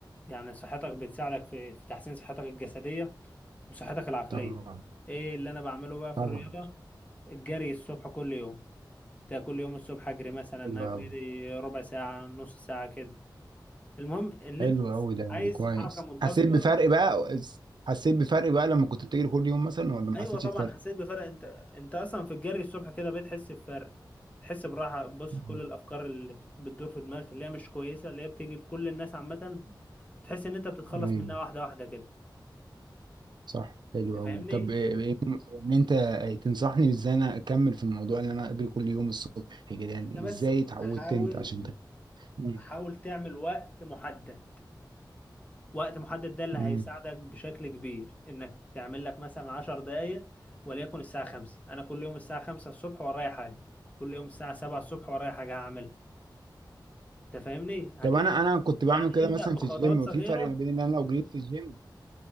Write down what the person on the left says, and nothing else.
يعني صحتك بتساعدك في في تحسين صحتك الجسديه وصحتك العقلية
ايه اللي انا بعمله بقى في
الرياضة الجري الصبح كل يوم ده كل يوم الصبح اجري مثلا
اجري
لي ربع ساعة نص ساعة كده المهم ان
انت
عايز
حركة منتظمة
ايوه
طبعا
حسيت بفرق انت انت اصلا في الجري الصبح كده بتحس بفرق تحس براحة بص
كل الافكار اللي بتدور في دماغك اللي هي مش كويسة اللي هي بتيجي لكل الناس عامة تحس ان انت بتتخلص
منها واحدة واحدة كده
انت
فاهمني
انت بس
حاول
حاول تعمل وقت محدد وقت محدد ده اللي هيساعدك
بشكل كبير انك تعمل لك مثلا 10 دقائق وليكن الساعة 5 انا كل يوم الساعة 5 الصبح ورايا حاجة كل يوم الساعة 7 الصبح ورايا حاجة هعملها انت فاهمني هتلاقي
يعني
ابدأ
بخطوات
صغيرة